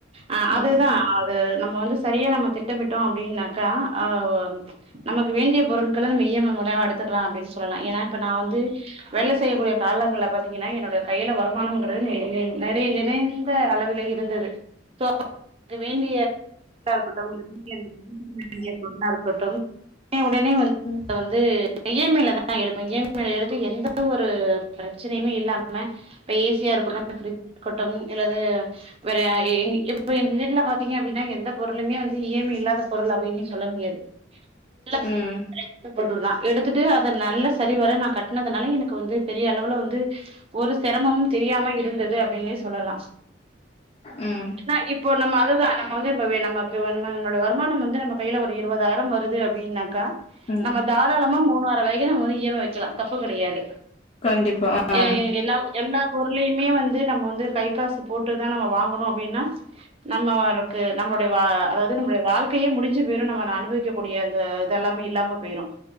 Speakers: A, on the right; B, on the left.
A: ஆஹ் அதுதா
B: ம்
A: ஆ த நம்ம வந்து சரியா நம்ம திட்டமிட்டோ அப்டின்னக்கா <unintelligible> நமக்கு வேண்டிய பொருட்கள நம்ம இ எம் ஐ மூலமா எடுத்துக்கலா அப்டின்னு சொல்லலா ஏன்னா இப்ப நா வந்து வேல செய்யக்கூடிய காலங்கல பத்தீங்கன்னா என்னோடைய கையில வருமானம்ங்றது நெ நெர் நெறைய நிறைந்த அளவில இருந்தது சோ <inaudible> வேண்டிய பொருளா இருக்கட்டு இல்ல வீட்ல வீட்டுக்கு வாங்கிய பொருளா இருக்கட்டு <unintelligible> உடனே வந்
B: ம்
A: அத வந்து இ எம் ஐ ல தா எடுப்பே இ எம் ஐ ல எடுத்து எந்த ஒரு ப்ரச்சனையுமே இல்லாம இப்ப எ சி ய இருக்கட்டு இல்ல ப்ரிட்ஜ்ஜ இருக் டோ இல்லாது வேறய எங் இப் எங்க வீட்டுல பாத்தீங்கன்னா அப்டின்னா எந்த பொருளுமே வந்து இ எம் ஐ இல்லாத பொருள் அப்டின்னு சொல் ல முடியாது எல்லாமே
B: ம்
A: இ எம் ஐ ல எடுத்தது பொருளு தா எடுத்துட்டு அத நல்ல சரி வர நா கட்னதனால எனக்கு வந்து பெரிய அளவுல வந்து ஒரு சிரமமும் தெரியாம இருந்தத் து அப்டின்னே சொல்லலா
B: ம்
A: என்னா இப்போ நம்ம அதுதா நம்ம வந்து ப்பவே நமக்கு நமோட வருமானம் வந்து நம்ம கையில ஒரு இருபதாயிரம் வருது அப்டின்னாக்கா
B: ம்
A: நம்ம தாராளமா மோ வர வரைக்கு நம்ம வந்து இ எம் ஐ வைக்கலாம் தப்பு கிடையாது
B: கண்டிப்பா அ
A: எ எல்லா எல்லா பொருளையுமே வந்து நம்ம வந்து கை காசு போட்டுதா நம்ம வாங்கணும் அப்டின்னா நம்மளுக்கு நம்மளுடைய வா அதாவது நம்மளுடைய வாழ்க்கையே முடிஞ்சு போயிரும் நம்ம ந அனுபவிக்கக்கூடிய அந்த இததெல்லாமே இல்லாம போயுடும்